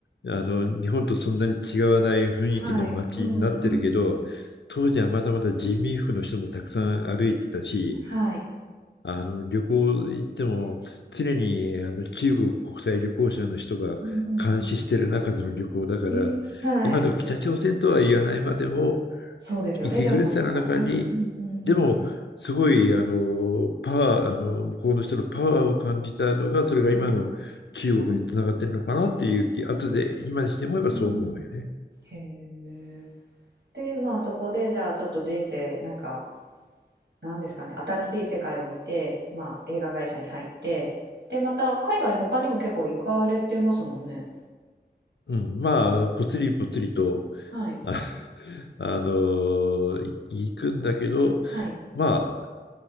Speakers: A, on the left; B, on the right.
A: あの日本とそんなに違わない雰囲気の街になってるけど当時はまだまだ人民服の人もたくさん歩いてたし
B: はい。うんうん。はい。
A: あの旅行行っても常にあの中国国際旅行者の人が監視してる中での旅行だから今の北朝鮮とは言わないまでも
B: うんうんうん。ええ、はい。そうですよね、
A: 息苦しさの中に、
B: でもなんかうんうんうんうん。
A: でも、すごい、あの、パワー、あの、向こうの人のパワーを感じたのが、それが今の中国につながってるのかなっていう気、
B: はい。
A: 後で、今にしてもえばそう思うよね。
B: うん。へえ。で、まあ、そこでじゃあちょっと人生、なんか、なんですかね、新しい世界を見て、まあ、映画会社に入って、で、また海外他にも結構行かれてますもんね。
A: うん、まあ、ぽつりぽつりと、
B: はい。
A: あ、あの、い行くんだけど、
B: はい。
A: まあ、